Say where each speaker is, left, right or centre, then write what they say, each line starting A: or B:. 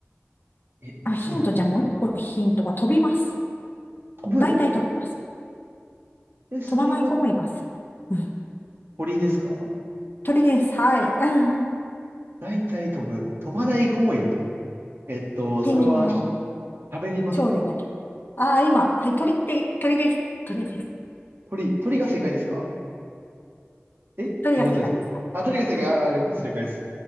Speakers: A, on the right; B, on the left.
A: う。え、むずいな
B: あ、ヒントじゃもう一個ヒントは飛びます。
A: 飛ぶ。
B: 大体飛びます。
A: え、それは
B: 飛ばない子もいます。うん。
A: 鳥ですか
B: 鳥です。はい。<laughs>
A: 大体飛ぶ。飛ばない子もいる。えっと、
B: ペンギンは
A: それは喋りますか
B: 鳥類だけど。ああ、今、はい、鳥って、鳥です。鳥です。
A: 鳥、鳥が正解ですかえどういうことですかあ、
B: 鳥が正解です。はい。
A: 鳥が正解。
B: うん
A: あー、了解です、了解です。